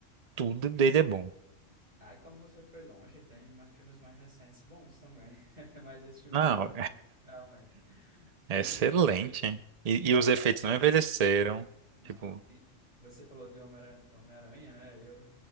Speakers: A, on the right; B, on the right.
A: tudo dele é bom.
B: Ai, como você foi longe, tem mais filmes mais recentes bons também. <laughs> Mas esse filme
A: Não,
B: é muito bom, realmente.
A: é
B: Muito
A: excelente.
B: bom.
A: hein? E,
B: Engraçado.
A: e os efeitos não envelheceram,
B: Não.
A: tipo...
B: E Você falou de Homem-Aranha, Homem-Aranha, né? Eu